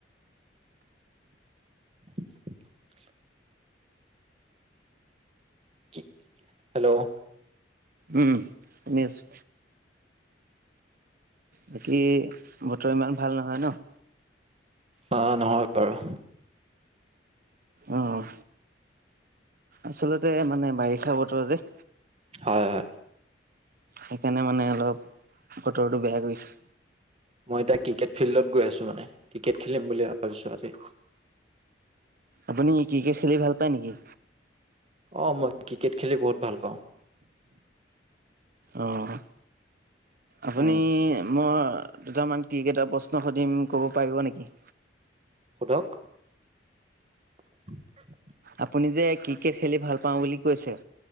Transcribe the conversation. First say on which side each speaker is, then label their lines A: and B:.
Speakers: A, on the right; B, on the right.
A: <inaudible> কি হেল্ল'?
B: উম, শুনি আছো। বাকী, বতৰ ইমান ভাল নহয় ন?
A: অ নহয় বাৰু।
B: অহ। আচলতে মানে বাৰিষা বতৰ যে।
A: হয়।
B: সেইকাৰণে মানে অলপ বতৰটো বেয়া কৰিছে।
A: মই এতিয়া ক্ৰিকেট ফিল্ডত গৈ আছো মানে ক্ৰিকেট খেলিম বুলি ভাবিছো আজি।
B: আপুনি ক্ৰিকেট খেলি ভাল পায় নেকি?
A: অ মই ক্ৰিকেট খেলি বহুত ভাল পাওঁ।
B: অহ। আপুনি
A: উম
B: মই দুটামান ক্ৰিকেটৰ প্ৰশ্ন সুধিম ক'ব পাৰিব নেকি?
A: সোধক? <inaudible>
B: আপুনি যে ক্ৰিকেট খেলি ভাল পাওঁ বুলি কৈছে